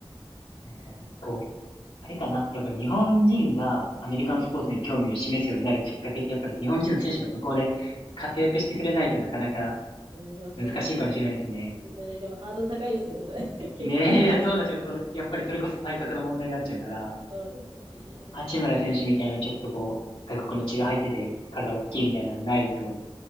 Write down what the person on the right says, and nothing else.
ですよねでも、その、
うですよね。でも、ハードル高いですよね、それ。<laughs> 結構、
ですよね。